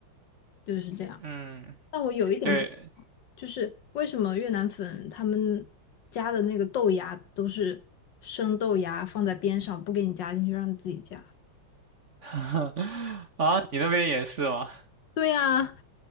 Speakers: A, on the left (about 65°); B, on the right (about 40°).
A: 就是这样。
B: 嗯，
A: 但我有一点不，
B: 对，
A: 就是为什么越南粉他们加的那个豆芽都是生豆芽放在边上，不给你加进去，让你自己加？
B: <laughs> 啊，你那边也是吗？
A: 对呀，